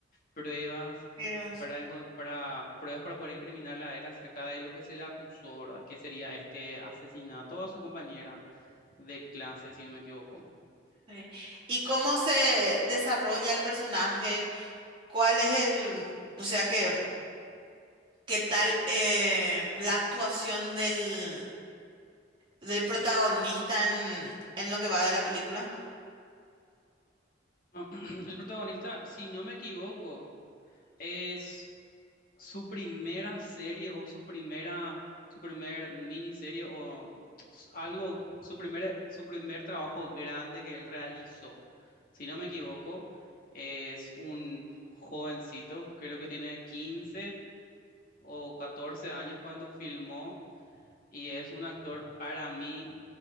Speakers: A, on the left; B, on the right.
A: pruebas,
B: pero- es-
A: para, encon- para pruebas para poder incriminarla a él acerca de lo que se le acusó, ¿verdad? Que sería este asesinato a su compañera de clase, si no me equivoco.
B: sí. ¿Y cómo se desarrolla el personaje? ¿Cuál es el... O sea que qué tal eh, la actuación del, del protagonista en, en lo que va de la película.
A: <clears throat> El protagonista, si no me equivoco, Es su primera serie o su primera, su primer miniserie o s- algo, su primer, su primer trabajo grande que él realizó. Si no me equivoco, es un jovencito, creo que tiene 15 o 14 años cuando filmó y es un actor para mí,